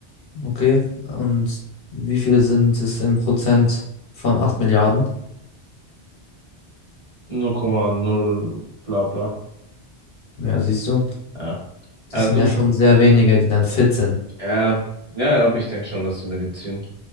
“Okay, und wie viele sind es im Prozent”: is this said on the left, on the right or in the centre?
Left